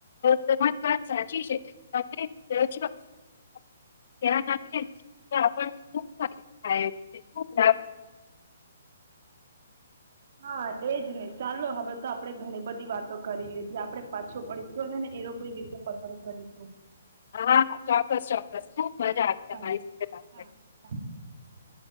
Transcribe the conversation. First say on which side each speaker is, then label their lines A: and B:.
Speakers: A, on the left (about 55°); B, on the right (about 55°).
A: તમારી વાત સાચી છે ત જો ત્યા તો આપણને ખૂબાયદ થાય ખૂબ લાભ
B: હા એજ નહી ચાલો હવે તો આપણે ઘણી બધી વાતો કરી લીધી આપણેે પાછો પડીશું અનેને એનો કોઈ રતે પસંદ કરીશું
A: હા હા ચોક્કસ ચોક્કસ મજા આવી તમારી
B: ચાલો
A: સાથે વાત કરી
B: હા ચ ચ